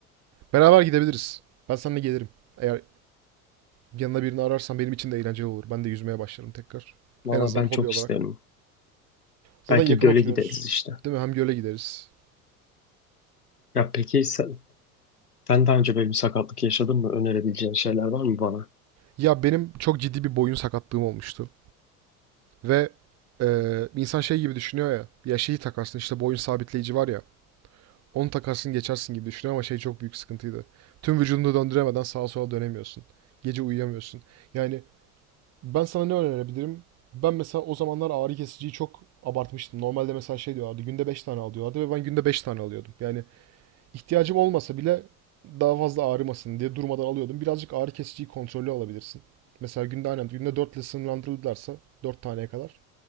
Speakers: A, on the right; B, on the left.
A: Beraber gidebiliriz. Ben seninle gelirim. Eğer yanına birini ararsan benim için de eğlenceli olur. Ben de yüzmeye başlarım tekrar.
B: Valla
A: En azından
B: ben
A: hobi
B: çok
A: olarak.
B: isterim.
A: Zaten
B: Belki
A: yakın
B: göle
A: oturuyoruz.
B: gideriz işte.
A: Değil mi? Hem göle gideriz.
B: Ya peki sen, sen daha önce böyle bir sakatlık yaşadın mı? Önerebileceğin şeyler var mı bana?
A: Ya benim çok ciddi bir boyun sakatlığım olmuştu. Ve eee, insan şey gibi düşünüyor ya. Ya şeyi takarsın işte boyun sabitleyici var ya. Onu takarsın geçersin gibi düşünüyor ama şey çok büyük sıkıntıydı. Tüm vücudunu döndüremeden sağa sola dönemiyorsun. Gece uyuyamıyorsun. Yani Ben sana ne önerebilirim? Ben mesela o zamanlar ağrı kesiciyi çok abartmıştım. Normalde mesela şey diyorlardı günde 5 tane al diyorlardı ve ben günde 5 tane alıyordum. Yani ihtiyacım olmasa bile daha fazla ağrımasın diye durmadan alıyordum. Birazcık ağrı kesiciyi kontrollü alabilirsin. Mesela günde aynen günde 4 ile sınırlandırılırlarsa 4 taneye kadar.